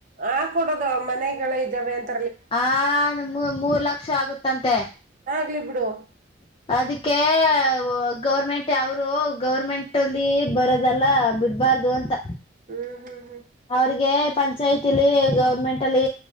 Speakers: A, on the right; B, on the left.
A: ಆ ಕೊಡದು ಮನೆಗಳು ಇದ್ದಾವೆ ಅಂತ.
B: ಹಾ ನಮ್ ಮೂರ್ ಮೂರ್ ಲಕ್ಷ ಆಗುತ್ತೆ. ತಂತೆ
A: ಗ್ಲಿ ಬಿಡು.
B: ಅದಕ್ಕೆ ಅವ್ ಗೌರ್ಮೆಂಟ್ ಅವರು ಗೌರ್ಮೆಂಟ್ ಅಲ್ಲಿ ಬರೋದಲ್ಲ ಬಿಡ್ಬಾರ್ದು ಅಂತ.
A: ಹ್ಮ್ ಹ್ಮ್
B: ಅವ್ರಿಗೆ ಪಂಚಾಯತಿಲಿ ಗೌರ್ಮೆಂಟ್ ಅಲ್ಲಿ